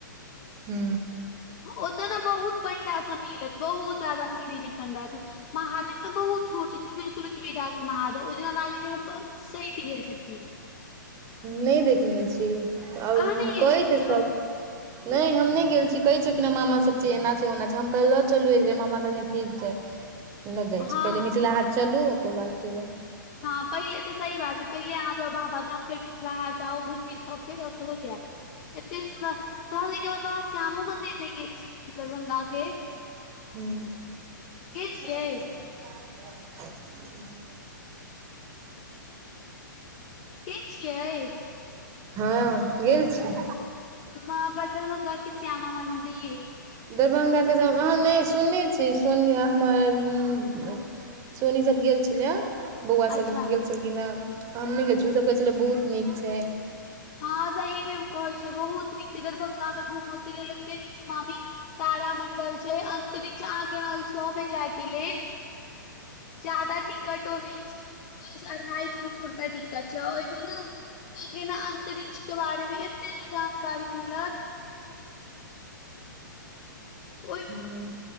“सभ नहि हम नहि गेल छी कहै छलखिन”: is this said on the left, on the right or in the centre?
Right